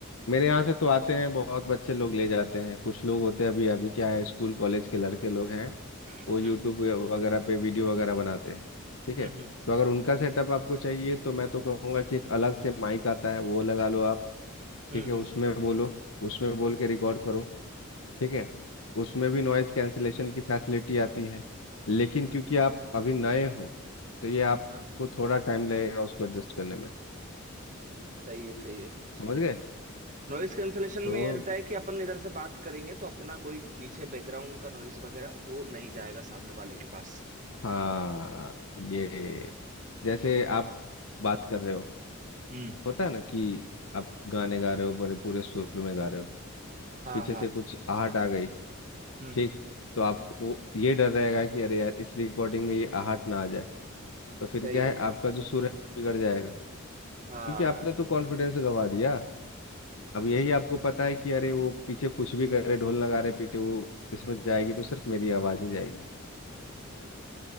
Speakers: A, on the left; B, on the right.
A: मेरे यहाँ से तो आते हैं बहुत बच्चे लोग ले जाते हैं कुछ लोग होते हैं अभी अभी क्या है स्कूल कॉलेज के लड़के लोग हैं
B: हम्म
A: वो यूट्यूब
B: हम्म
A: वगैरह पे वीडियो वगैरह बनाते हैं ठीक
B: हम्म
A: है तो अगर उनका सेटअप आपको चाहिए तो मैं तो कहूँगा कि एक अलग से माइक आता है वो लगा लो आप
B: हम्म
A: ठीक है उसमें
B: हम्म
A: बोलो उसमें बोल के रिकॉर्ड करो ठीक है उसमें भी नॉइज़ कैंसिलेशन की फैसिलिटी आती है लेकिन क्योंकि आप अभी नए हो तो ये आपको
B: हाँ
A: थोड़ा टाइम लगेगा उसको एडजस्ट करने में
B: सही है सही है
A: समझ गए
B: नॉइज कैंसलेशन में
A: तो
B: ये रहता है कि अपन इधर से बात करेंगे तो अपना कोई पीछे बैकग्राउंड का नॉइज वगैरह वो नहीं जाएगा सामने वाले के पास
A: हाँ ये जैसे आप बात कर रहे हो
B: हम्म
A: होता है ना कि आप गाने गा रहे हो पूरे पूरे सुर में गा रहे हो
B: हाँ
A: पीछे
B: हाँ
A: से कुछ आहट आ गई
B: हम्म
A: ठीक तो आपको ये डर रहेगा कि अरे यार इस रिकॉर्डिंग में ये आहट ना आ जाए तो फिर
B: सही
A: क्या
B: है
A: है आपका जो सुर है वो बिगड़ जाएगा
B: हाँ
A: क्योंकि आपने
B: समझा
A: तो कॉन्फिडेंस गंवा दिया अब यही
B: सही
A: आपको
B: है
A: पता है कि अरे वो पीछे कुछ भी करे ढोल नगाड़े पीटे वो इसमें जाएगी तो सिर्फ मेरी आवाज ही जाएगी
B: सही है।